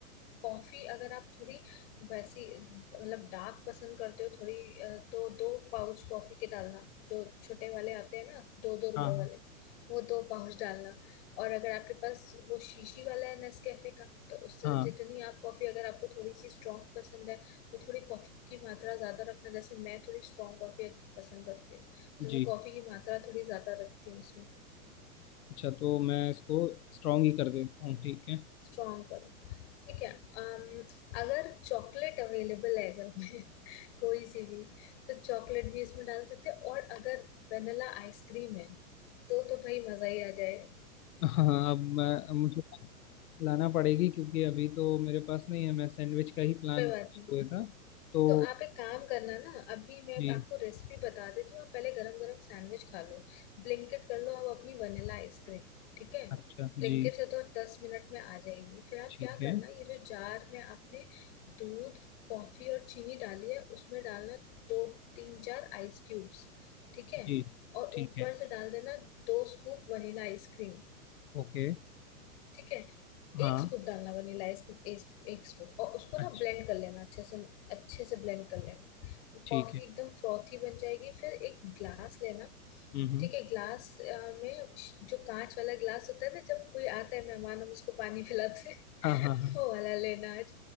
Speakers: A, on the left; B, on the left.
A: कॉफी अगर आप थोड़ी वैसी मतलब डार्क पसंद करते हो थोड़ी अ, तो दो पाउच कॉफी के डालना जो छोटे वाले आते हैं ना दो दो रुपए
B: हाँ हाँ
A: वाले वो दो पाउच डालना और अगर आपके पास वो शीशी वाला है नेस्कैफे का तो उससे
B: हाँ,
A: जितनी आप कॉफी अगर आपको थोड़ी सी स्ट्रांग पसंद है तो थोड़ी कॉफी की मात्रा ज्यादा रखना जैसे मैं थोड़ी स्ट्रांग कॉफी पसंद करती हूँ
B: जी
A: तो मैं कॉफी की मात्रा थोड़ी ज्यादा रखती हूँ उसमें
B: अच्छा तो मैं इसको स्ट्रॉन्ग ही कर देता हूँ ठीक है
A: स्ट्रांग ठीक है अम, अगर चॉकलेट अवेलेबल है घर में <laughs> कोई सी भी तो चॉकलेट भी इसमें डाल सकते हैं और अगर वेनिला आइसक्रीम है तो तो भाई मजा ही आ जाएगा
B: हाँ अब मैं मुझे लाना पड़ेगी क्योंकि अभी तो मेरे पास नहीं है मैं सैंडविच का ही प्लान
A: कोई बात नहीं
B: हुए था तो
A: तो आप एक काम करना ना अभी मैं
B: जी
A: आपको रेसिपी बता देती हूँ आप पहले गरम गरम सैंडविच खा लो ब्लिंकिट कर लो आप अपनी वनीला आइसक्रीम ठीक है
B: अच्छा
A: ब्लिंकिट
B: जी
A: से तो दस मिनट में आ जाएगी फिर आप
B: ठीक
A: क्या
B: है
A: करना ये जो जार में आपने दूध कॉफी और चीनी डाली है उसमें डालना दो तीन चार आइस क्यूब्स ठीक है
B: जी
A: और
B: ठीक
A: ऊपर
B: है
A: से डाल देना दो स्कूप वनीला आइसक्रीम
B: ओके
A: ठीक है
B: हाँ
A: एक स्कूप डालना वनीला एक, एक स्कूप और उसको ना
B: अच्छा
A: ब्लेंड कर लेना अच्छे से अच्छे से ब्लेंड कर लेना वो
B: ठीक
A: कॉफी
B: है
A: एकदम फ्रॉथी बन जाएगी फिर एक ग्लास लेना
B: हम्म हम्म,
A: ठीक है ग्लास अ, में श- जो कांच वाला ग्लास होता है ना जब कोई आता है मेहमान हम उसको पानी पिलाते हैं
B: हाँ
A: <laughs>
B: हाँ हाँ
A: वो वाला लेना आज